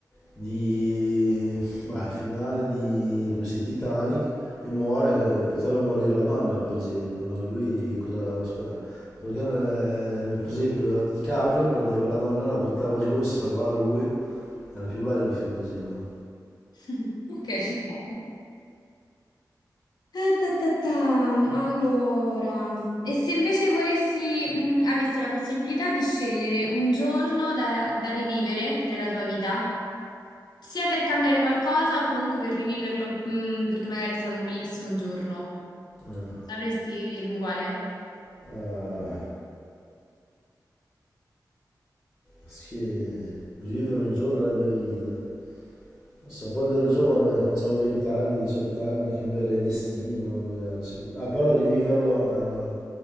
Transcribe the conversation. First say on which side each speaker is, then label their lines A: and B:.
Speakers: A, on the left; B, on the left.
A: di... Beh, il finale di... come si dice, Titanic e muore, eh, poteva morire la donna per esempio, no? Lui cosa... scusa, perché non è- per esempio DiCaprio prendeva la donna, la buttava giù e si salvava lui. Era più bello il film così, no?
B: <laughs> Ok, ci sta. Ah, ta, ta, ta. Allora, e se invece volessi, mh, avessi la possibilità di scegliere un giorno da, da rivivere della tua vita, sia per cambiare qualcosa o comunque per riviverlo, mh, perché magari è stato un bellissimo giorno,
A: Eh.
B: sapresti dirmi quale?
A: Eh. Sì, vivere un giorno della mia vita. Non so, quando ero giovane, quando avevo 20 anni, 18 anni, cambierei il destino, magari. si pot- Ah, però riviverlo, ah, no,